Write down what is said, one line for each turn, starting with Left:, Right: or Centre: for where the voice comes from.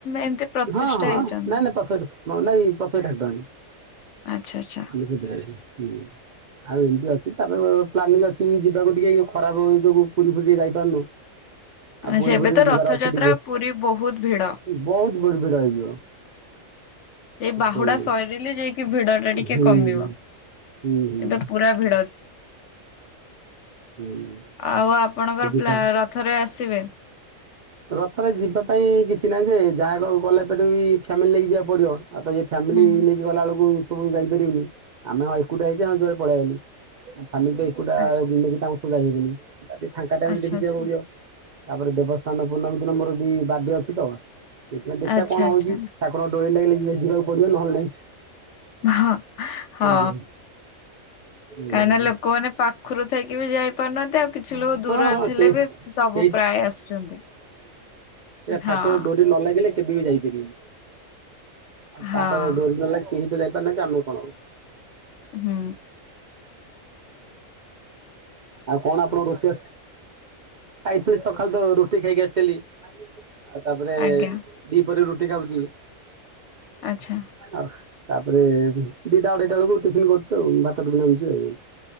Left: ଏମିତି ପ୍ରତିଷ୍ଠା
Right: ହଁ ହଁ
Left: ହେଇଛନ୍ତି?
Right: ନାଇଁ ନାଇଁ ପରଫେକ୍ଟ କଣ ନାଇ ଏ ପ୍ରତ୍ୟ ଠାକୁରାଣୀ
Left: ଆଚ୍ଛା ଆଚ୍ଛା
Right: ଆମେ ଯେତେବେଳେ ଆଉ ଏମିତି ଅଛି ତାପରେ ପ୍ଲାନିଂ ଅଛି ଯିବାକୁ ଟିକେ ଇ ଖରାପ ଏଇ ଯୋଗୁଁ ପୁରୀ ଫୁରୀ ଟିକେ ଯାଇପାରୁନୁ। ଆଉ
Left: ଆଚ୍ଛା
Right: ପୁରୀ
Left: ଏବେ
Right: ଫୁରୀ
Left: ତ
Right: ଯିବାର
Left: ରଥଯାତ୍ରା
Right: ଅଛି ଟିକେ
Left: ପୁରୀ ବହୁତ ଭିଡ।
Right: ବହୁତ ବଡ ଭିଡ ହେଇଯିବ।
Left: ଏଇ
Right: ଆଉ
Left: ବାହୁଡା
Right: ହୁଁ
Left: ସରିଲେ ଯାଇକି ଭିଡ ଟା ଟିକେ
Right: ହୁଁ
Left: କମିବ।
Right: ହୁଁ
Left: ଏଇଟା ପୁରା ଭିଡ
Right: ହୁଁ
Left: ଆଉ ଆପଣଙ୍କର
Right: ଯିବା।
Left: ପ୍ଲା ରଥରେ ଆସିବେ?
Right: ରଥରେ ଯିବା ପାଇଁ କିଛି ନାହିଁ ଯେ ଯାହାର ଗଲାପରେ ବି ଫ୍ୟାମିଲି ନେଇକି ଯିବାକୁ ପଡ଼ିବ। ଆଉ ତ ଇଏ ଫ୍ୟାମିଲି
Left: ହୁଁ
Right: ନେଇକି ଗଲା ବେଳକୁ ଓପୁରୁକୁ ଯାଇପାରିବୁ ଆମେ ହଁ ଏକୁଟିଆ ହେଇଛୁ ହଁ ଯୁଆଡେ ପଳେଇଆଇବୁ ଫାମିଲି ତ ଏକୁଟିଆ
Left: ଆଚ୍ଛା
Right: ନେଇକି ତାଙ୍କୁ ସା ଯାଇହେବନି ଯଦି ଫାଙ୍କା ଟାଇମ
Left: ଆଚ୍ଛା
Right: ଦେଖିଯିବାକୁ
Left: ଆଚ୍ଛା
Right: ପଡିବ ତାପରେ ଦେବ ସ୍ନାନ ପୂର୍ଣ୍ଣମୀ ଦିନ ମୋର ବି ବାର୍ଡେ ଅଛି ତ ସେଇଥିପାଇଁ ଦେଖିଆ
Left: ଆଚ୍ଛା
Right: କଣ
Left: ଆଚ୍ଛା
Right: ହଉଛି। ଠାକୁରଙ୍କ ଡୋରି ଲାଗିଲେ ଯି ଯିବାକୁ ପଡିବ ନହେଲେ ନାଇଁ।
Left: ହଃ ହଁ
Right: ଆଜ୍ଞା। ଆଜ୍ଞା
Left: କାଇଁନା
Right: ଆଜ୍ଞା
Left: ଲୋକମାନେ ପାଖୁରୁ ଥାଇକି ବି ଯାଇ ପାରୁନାନ୍ତି ଆଉ କିଛି ଲୋକ
Right: ହଁ
Left: ଦୂରରେ
Right: ହଁ
Left: ଥିଲେ
Right: ସେ
Left: ବି ସବୁ
Right: ସେଇ
Left: ପ୍ରାୟ ଆସୁଛନ୍ତି।
Right: ସେଇଆ
Left: ହଁ
Right: ଠାକୁର ଡୋରି ନ ଲାଗିଲେ କେବେ ବି ଯାଇପାରିବେନି ଆଉ
Left: ହଁ
Right: ତାର ଡୋରିନଲେ କେହି ତ ଯାଇପାରୁ ନାହାଁନ୍ତି ଆମକୁ କଣ ଆଉ
Left: ହୁଁ
Right: ଆଉ କଣ ଆପଣଙ୍କ ରୋଷେଇଆ ଖାଇଥିଲି ସଖାଳେ ତ ରୁଟି ଖାଇକି ଆସିଥିଲି ଆଉ ତାପରେ
Left: ଆଜ୍ଞା
Right: ଦି ପହରେ ରେ ରୁଟି ଖାଉଚି।
Left: ଆଛା
Right: ଆଉ ତାପରେ ଦିଟା ଅଢେଇଟା ବେଳକୁ ଟିଫିନ କରୁଚୁ ଆଉ ଭାତ ଟିଫିନ୍ ଆଣୁଚି ଆଉ